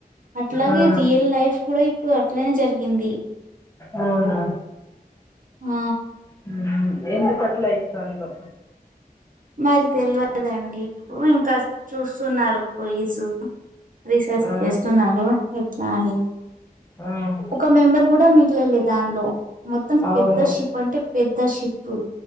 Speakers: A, on the right; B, on the left.
A: అట్లాగే
B: ఆ
A: రియల్ లైఫ్ కూడా ఇప్పుడు అట్లనే జరిగింది.
B: అవున
A: ఆ!
B: హ్మ్ ఎందుకట్లైతందో
A: మరి తేల్వదండి ఇప్పుడు ఇంక చూస్తున్నారు పోయిసూ రీసెర్చ్
B: ఆ,
A: చేస్తున్నారు ఎట్ల అని
B: ఆ.
A: ఒక మెంబర్ కూడ మిగలలే దానిలో మొత్తం
B: అవును
A: పెద్ద షిప్ అంటే పెద్ పెద్ద షిప్